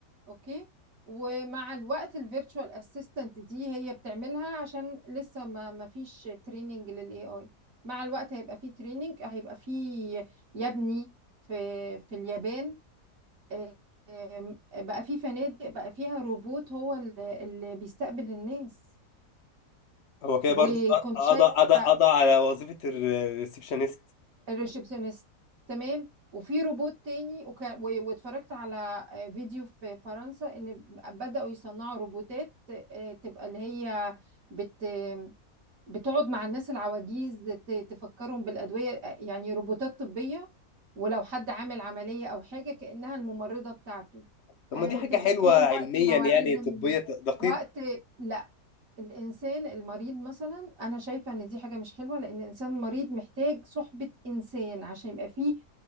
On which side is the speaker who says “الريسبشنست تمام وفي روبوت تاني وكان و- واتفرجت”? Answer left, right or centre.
Right